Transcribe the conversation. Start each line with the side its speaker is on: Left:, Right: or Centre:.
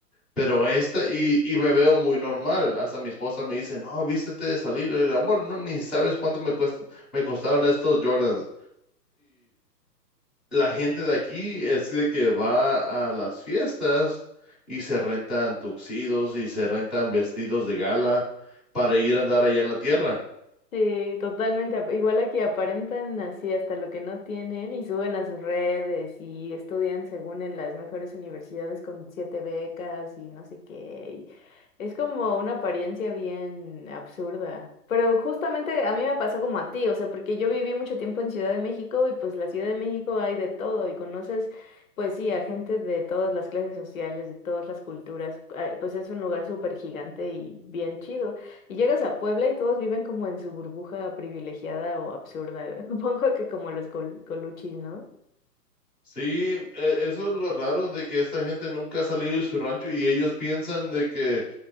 Centre: Pero esta, y, y me veo muy normal. Hasta mi esposa me dice, no, vístete de salir. El amor, no, ni sabes cuánto me cuesta, me costaron estos Jordans la gente de aquí es de que va a las fiestas y se rentan tuxidos y se rentan vestidos de gala para ir a andar allá en la tierra.
Left: Sí, totalmente. ap- Igual aquí aparentan así hasta lo que no tienen y suben a sus redes y estudian según en las mejores universidades con siete becas y no sé qué. y es como una apariencia bien absurda. Pero justamente a mí me pasó como a ti, o sea, porque yo viví mucho tiempo en Ciudad de México y pues la Ciudad de México hay de todo y conoces, pues sí, a gente de todas las clases sociales, de todas las culturas. ah, Pues es un lugar súper gigante y bien chido. Y llegas a Puebla y todos viven como en su burbuja privilegiada o absurda. <laughs> Supongo que como los col- coluchis, ¿no?
Centre: Sí, e- eso es lo raro de que esta gente nunca ha salido de su rancho y ellos piensan de que